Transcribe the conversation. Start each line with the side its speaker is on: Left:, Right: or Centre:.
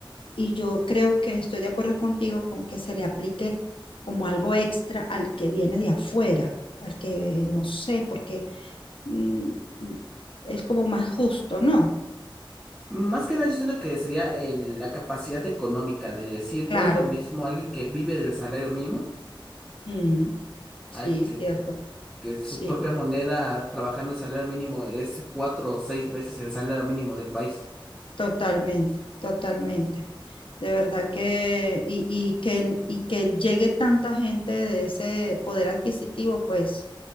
Left: y yo creo que estoy de acuerdo contigo con que se le aplique como algo extra al que viene de afuera, al que no sé, porque mm, es como más justo, ¿no?
Centre: Más que nada, yo siento que sería el- la capacidad económica de decir,
Left: Claro.
Centre: no es lo mismo alguien que vive del salario mínimo,
Left: Mm,
Centre: alguien
Left: sí,
Centre: que
Left: cierto.
Centre: que su
Left: Sí,
Centre: propia moneda trabajando el salario mínimo es cuatro o seis veces el salario mínimo del país.
Left: totalmente, totalmente. De verdad que, y, y que, y que llegue tanta gente de ese poder adquisitivo, pues